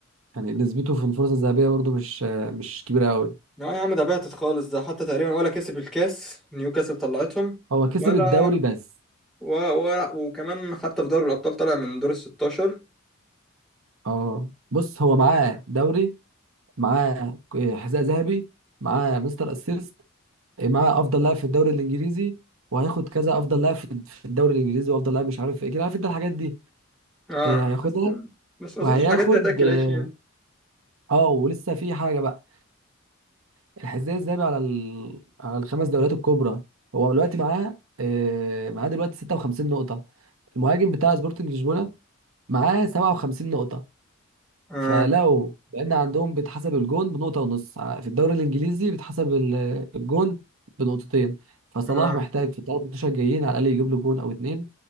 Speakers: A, on the right (about 75°); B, in the centre.
A: يعني نسبته في الفرصة الذهبية برضو مش مش كبيرة أوي
B: لا يا عم ده بعتت خالص ده حتى تقريبا ولا كسب الكاس نيوكاسل طلعتهم
A: هو كسب
B: ولا
A: الدوري بس
B: و... ولا وكمان حتى في دوري الابطال طلع من دور ال 16
A: اه بص هو معاه دوري معاه حذاء ذهبي معاه مستر اسيست إيه، معاه افضل لاعب في الدوري الانجليزي وهياخد كذا افضل لاعب في في الدوري الانجليزي وافضل لاعب مش عارف ايه كده عارف انت الحاجات دي
B: اه
A: إيه، هياخدها
B: بس بس ما
A: وهياخد
B: اظنش الحاجات دي هتاكل
A: اه
B: عيش يعني
A: آه، ولسه في حاجه بقى الحذاء الذهبي على ال... على الخمس دوريات الكبرى هو دلوقتي معاه آه، معاه دلوقتي 56 نقطه المهاجم بتاع سبورتنج لشبونه معاه 57 نقطه
B: اه
A: فلو لان عندهم بيتحسب الجون بنقطه ونص ع- في الدوري الانجليزي بيتحسب ال- الجون بنقطتين فصلاح
B: اه
A: محتاج في الثلاث ماتشات الجايين على الاقل يجيب له جون او اتنين